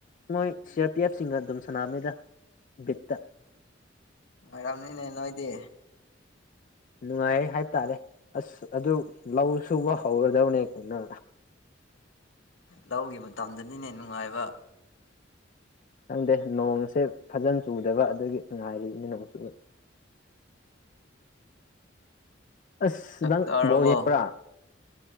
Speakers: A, on the left; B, on the left.
A: ꯃꯣꯏ ꯁꯤ ꯑꯥꯔ ꯄꯤ ꯑꯦꯐꯁꯤꯡꯒ ꯑꯗꯨꯝ ꯁꯥꯟꯅꯕꯅꯤꯗ ꯕꯤꯠꯇ
B: ꯔꯝꯅꯤꯅꯦ ꯅꯣꯏꯗꯤ
A: ꯅꯨꯡꯉꯥꯏ ꯍꯥꯏ ꯇꯔꯦ ꯑꯁ ꯑꯗꯨ ꯂꯧ ꯁꯨꯕ ꯍꯧꯔꯗꯕꯅꯦ ꯀꯣꯏꯅ
B: ꯂꯧꯒꯤ ꯃꯇꯝꯗꯅꯤꯅꯦ ꯅꯨꯡꯉꯥꯏꯕ
A: ꯈꯪꯗꯦ ꯅꯣꯡꯁꯦ ꯐꯖꯅ ꯆꯨꯗꯕ ꯑꯗꯨꯒꯤ ꯉꯥꯏꯔꯤꯕꯅꯤ ꯅꯣꯡ ꯆꯨꯕ ꯑꯁ
B: ꯆꯥꯛ
A: ꯅꯪ
B: ꯆꯥꯔꯕꯣ
A: ꯕꯣ ꯍꯕ꯭ꯔꯥ